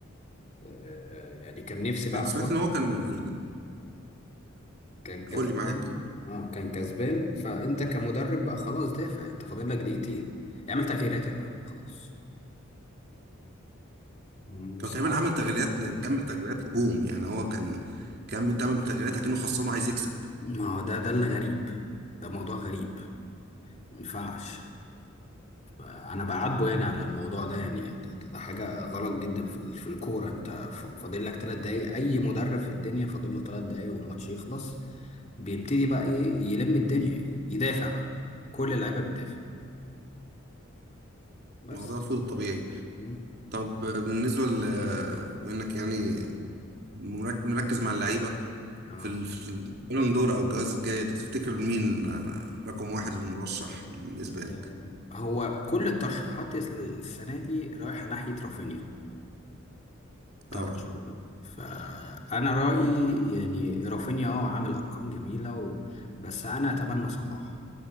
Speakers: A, on the left; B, on the right.
A: آه، يعني كان نفسي بقى
B: انا سمعت
A: خلاص
B: ان هو كان يعني
A: كان
B: قول
A: كسبان
B: لي معاك
A: اه كان كسبان فانت كمدرب بقى خلاص دافع انت فاضل لك دقيقتين اعمل تغييراتك بقى خلاص مم، بس
B: هو تقريبا عمل تغييرات كم تغييرات هجوم يعني هو كان كم تمام تغييرات اكنه خسران وعايز يكسب
A: ما هو ده ده اللي غريب ده موضوع غريب ما ينفعش فانا بعاتبه يعني على الموضوع ده يعني ده, ده, ده حاجه غلط جدا في ال- في الكوره انت ف- فاضل لك ثلاث دقايق اي مدرب في الدنيا فاضل له ثلاث دقايق والماتش يخلص بيبتدي بقى ايه يلم الدنيا يدافع بقى كل اللعيبه بتدافع بس
B: الموضوع المفروض الطبيعي
A: مم.
B: طب بالنسبة ل انك يعني مرك- مركز مع اللعيبة
A: اه
B: في ال- في البالون دور او الجوائز الجاية دي تفتكر مين آه، رقم واحد المرشح بالنسبة
A: آه،
B: لك
A: هو كل الترشيحات السنه دي رايحه ناحيه رافينيا طب
B: اه
A: فانا رايي يعني رافينيا اه عامل ارقام جميله و... بس انا اتمنى صلاح